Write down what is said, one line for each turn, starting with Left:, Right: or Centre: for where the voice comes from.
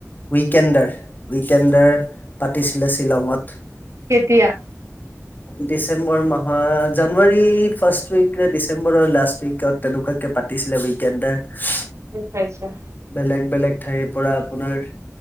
Left: উইকেণ্ডাৰ - উইকেণ্ডাৰ পাতিছিলে শ্বিলঙত।
Right: কেতিয়া
Left: ডিচেম্বৰ মাহৰ জানুৱাৰী ফাৰ্ষ্ উইক ডিচেম্বৰ বোৰৰ লাষ্ট উইকত তেনেকুৱাকৈ পাতিছিলে উইকেণ্ডাৰ
Right: নিশ্চয় নিশ্চয়।
Left: বেলেগ - বেলেগ ঠাইৰ পৰা আপোনাৰ